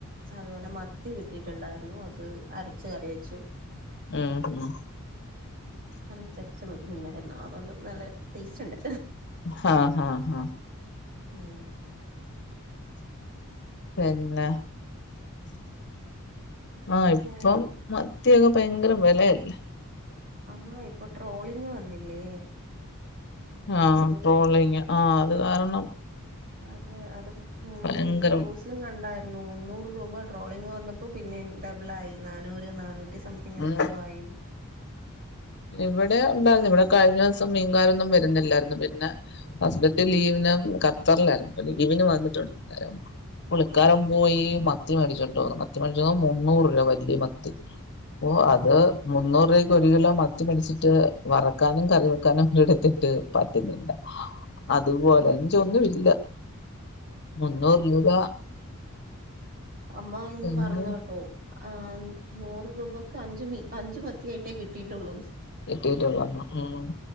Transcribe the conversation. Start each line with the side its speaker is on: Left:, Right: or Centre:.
Right: അതുപോലെ മത്തി കിട്ടിട്ടുണ്ടായിരുന്നു അത് അരച്ച് കറിവെച്ചു
Left: ആ ഉം
Right: നല്ല തടിച്ച മ മീനായിരുന്നു അതൊണ്ട് നല്ല ടേസ്റ്റ് ണ്ട്
Left: ഹ ഹ ഹ
Right: ഉം
Left: പിന്നെ ആ
Right: പിന്നെ
Left: ഇപ്പം മ ത്തിയൊക്കെ ഭയങ്കരം വെലയല്ലേ
Right: ആ ഇപ്പൊ ട്രോളിങ് വന്നില്ലേ
Left: ആ
Right: അതിനും
Left: ട്രോളിങ് ആ അത് കാരണം
Right: അതെ അത് ഉം
Left: ഭയങ്കരം
Right: ന്യൂസിലും കണ്ടാ നൂന്നൂറ് രൂപ ട്രോളിംഗ വന്നപ്പോ പിന്നെ ഡബിളായി നാന്നൂറ് നാന്നൂറ്റി സം സംതിങ്
Left: ഉം
Right: എത്രയോ ആയി
Left: ഇവിടെ ഉണ്ടായിരുന്നു ഇവിടെ കഴിഞ്ഞ ദിവസം മീൻകാരൊന്നും വരുന്നില്ലായിരുന്നു പിന്നെ ഹസ്ബന്റ് ലീവിന് ഖത്തറിലായിരുന്നു ലീവിന് വന്നിട്ടുണ്ട് പുള്ളിക്കാരം
Right: ആഹാ
Left: പോയി മത്തി മേടിച്ചോടു മത്തി മേടിച്ചതോ മുന്നൂറൂരൂപ മത്തി ഓ അത് മുന്നൂർ ഒരു കിലോ മ ത്തി മേടിച്ചിട്ട് വറക്കാനും കറി വെക്കാനും എടുത്തിട്ട് പറ്റുന്നില്ല അതുപോലെ <unintelligible> ഒന്നും ഇല്ല മുന്നൂറ് രൂപ
Right: അമ്മാ ഇന്ന്
Left: പിന്നെ
Right: പറഞ് കേട്ടൂ ആഹ് നൂറ് രൂപക്ക് അഞ്ച് മീ അഞ്ചു മത്തിയായിട്ടേ കിട്ടിയിട്ടുള്ളൂ
Left: കിട്ടിട്ടുള്ള ഉം